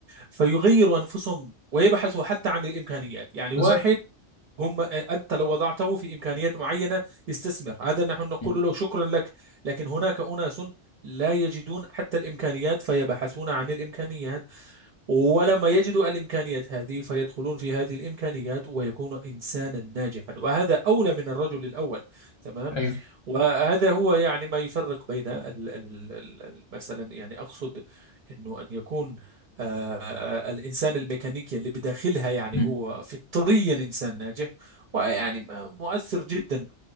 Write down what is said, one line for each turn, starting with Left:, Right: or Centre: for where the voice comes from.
Right: فيغيروا أنفسهم ويبحثوا حتى عن الإمكانيات يعني
Left: بالظبط
Right: واحد هم أنت لو وضعته في إمكانيات معينة يستثمر هذا نحن نقول
Left: مم.
Right: له شكرا لك لكن هناك أناس لا يجدون حتى الإمكانيات فيبحثون عن الإمكانيات ولما يجدوا الإمكانيات هذه فيدخلون في هذه الإمكانيات ويكون إنسانا ناجحا وهذا أولى من الرجل الأول تمام
Left: ايوه
Right: وهذا هو يعني ما يفرق بين ال- ال- ال- ال- مثلا يعني أقصد أنه أن يكون آه، الإنسان الميكانيكي اللي بداخلها يعني
Left: مم.
Right: هو فطريا إنسان ناجح ويعني مؤثر جدا